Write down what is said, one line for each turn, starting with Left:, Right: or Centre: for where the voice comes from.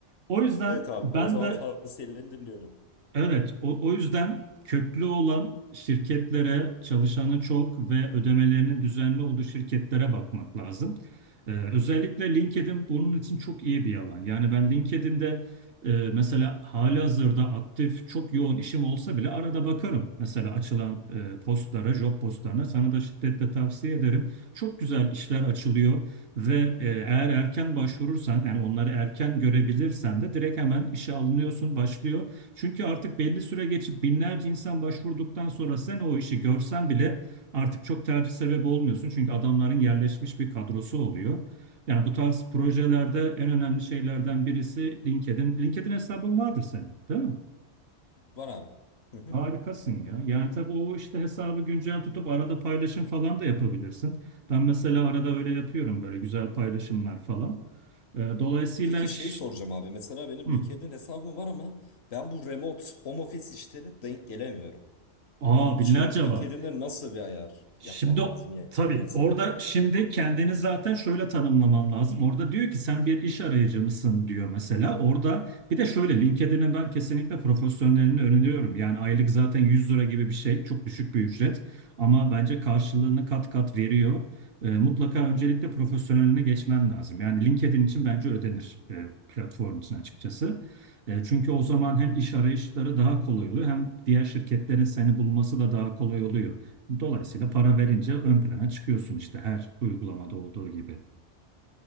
Right: O yüzden
Left: Evet abi
Right: ben
Left: o zaman
Right: de
Left: tavsiyelerini dinliyorum.
Right: Evet, o, o yüzden köklü olan şirketlere çalışanı çok ve ödemelerinin düzenli olduğu şirketlere bakmak lazım. Ee, özellikle LinkedIn bunun için çok iyi bir alan. Yani ben LinkedIn'de e, mesela halihazırda aktif çok yoğun işim olsa bile arada bakarım. Mesela açılan e, postlara, job postlarına sana da şiddetle tavsiye ederim. Çok güzel işler açılıyor ve e, eğer erken başvurursan yani onları erken görebilirsen de direkt hemen işe alınıyorsun, başlıyor. Çünkü artık belli süre geçip binlerce insan başvurduktan sonra sen o işi görsen bile artık çok tercih sebebi olmuyorsun. Çünkü adamların yerleşmiş bir kadrosu oluyor. Yani bu tarz projelerde en önemli şeylerden birisi LinkedIn. LinkedIn hesabın vardır senin, değil mi?
Left: Var abi. <laughs>
Right: Harikasın ya. Yani tabii o işte hesabı güncel tutup arada paylaşım falan da yapabilirsin. Ben mesela arada öyle yapıyorum böyle güzel paylaşımlar falan. Ee, dolayısıyla...
Left: Peki şey
Right: Şş,
Left: soracağım abi. Mesela benim
Right: hı.
Left: LinkedIn hesabım var ama ben bu remote home office işleri denk gelemiyorum.
Right: Aa
Left: Bunun için
Right: binlerce
Left: LinkedIn'de
Right: var.
Left: nasıl bir ayar
Right: Şimdi
Left: yapmam lazım yani
Right: tabii
Left: mesela?
Right: orada şimdi kendini zaten şöyle tanımlaman lazım. Orada diyor ki sen bir iş arayıcı mısın diyor mesela. Orada bir de şöyle LinkedIn'e ben kesinlikle profesyonelini öneriyorum. Yani aylık zaten 100 lira gibi bir şey. Çok düşük bir ücret. Ama bence karşılığını kat kat veriyor. Ee, mutlaka öncelikle profesyoneline geçmen lazım. Yani LinkedIn için bence ödenir e, platform için açıkçası. E, çünkü o zaman hem iş arayışları daha kolay oluyor hem diğer şirketlerin seni bulması da daha kolay oluyor. Dolayısıyla para verince ön plana çıkıyorsun işte her uygulamada olduğu gibi.